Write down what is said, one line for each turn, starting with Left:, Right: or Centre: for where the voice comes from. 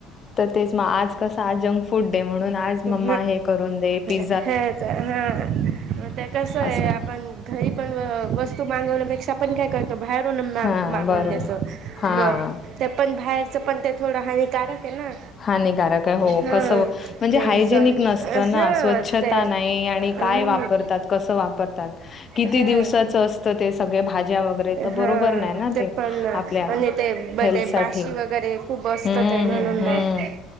Left: तर तेच म आज कसं आज जंकफूड डे म्हणून आज
Right: हं
Left: मम्मा हे करून दे. पि
Right: हेच हा मग ते कसं आहे
Left: असं
Right: आपण घरी पण वस्तू मागवण्यापेक्षा पण काय कर तो बाहेरून मा
Left: हां
Right: मागून
Left: बरोबर.
Right: देतो
Left: हां,
Right: म ते पण बाहेरचं पण ते थोडं हानिकारक आहे ना
Left: हानिकारक आहे हो
Right: हं
Left: कसं म्हणजे
Right: ते
Left: हायजेनिक
Right: जंक
Left: नसतं
Right: हं
Left: ना स्वच्छता
Right: ते
Left: नाही आणि
Right: हं
Left: काय वापरतात? कसं वापरतात? किती
Right: हं
Left: दिवसाचं आस तं ते सगळे भाज्या वगैरे तं बरोबर
Right: हं
Left: नाही ना ते
Right: पण आणि
Left: आपल्या
Right: ते
Left: हेल्थसाठी.
Right: ते बाशी वगैरे खूप असत
Left: हम्म,
Right: ते म्हणून
Left: हम्म.
Right: मग